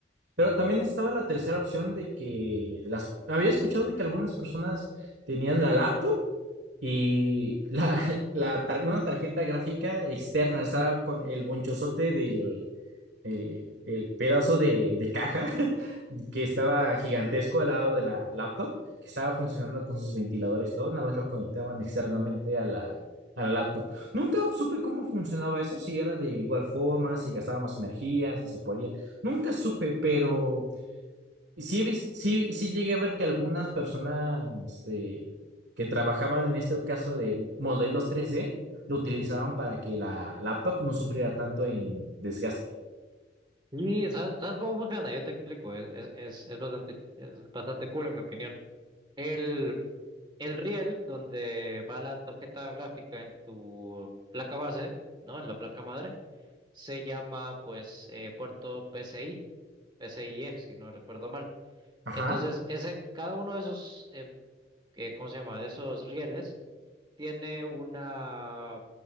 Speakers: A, on the right; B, on the right.
A: Pero también estaba la tercera opción de que las... Había escuchado de que algunas personas tenían la laptop y la, <laughs> la tar- una tarjeta gráfica externa estaba con el bonchozote del, el, el pedazo de, de caja <laughs> que estaba gigantesco al lado de la laptop, que estaba funcionando con sus ventiladores y todo, nada más lo conectaban externamente a la, a la laptop. Nunca supe cómo funcionaba eso, si era de igual forma, si gastaba más energía, si se podía. Nunca supe, pero sí, he vis- sí, sí llegué a ver que algunas personas eh, que trabajaban en este caso de modelos tres d lo utilizaban para que la laptop no sufriera tanto en desgaste.
B: Y ¿sabes, sabes cómo funciona? Yo te explico, es, es, es es bastante, es bastante cool en mi opinión. El, El riel donde va la tarjeta gráfica en tu placa base, ¿no? En la placa madre, se llama pues eh, puerto PCI, PCIe, si no recuerdo mal.
A: Ajá.
B: Entonces, ese, cada uno de esos, eh, que- ¿cómo se llama? De esos rieles tiene una